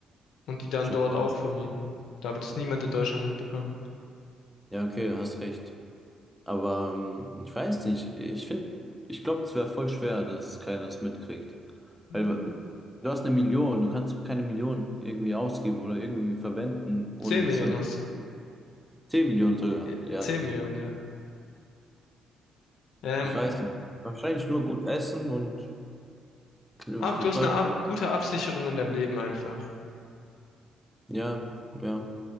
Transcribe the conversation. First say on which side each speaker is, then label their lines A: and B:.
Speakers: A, on the left (about 80°); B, in the centre.
A: und die dann
B: Stimmt
A: dort
B: auch.
A: auch vermieten. Da wird es niemand in Deutschland mitbekommen.
B: Ja, okay, hast recht. Aber ähm, ich weiß nicht, ich finde, ich glaube, es wäre voll schwer, dass keiner es mitkriegt.
A: Mhm.
B: Weil äh, du hast eine Million, du kannst doch keine Million irgendwie ausgeben oder irgendwie verwenden, ohne
A: 10
B: dass
A: Millionen
B: jemand.
A: hast du.
B: zehn Millionen sogar,
A: Äh,
B: ja,
A: 10
B: da.
A: Millionen, ja. Ähm,
B: Ich weiß nicht. Wahrscheinlich nur gut essen und kl-
A: Aber
B: kl-
A: du hast
B: toll.
A: eine ab- gute Absicherung in deinem Leben einfach.
B: Ja, ja.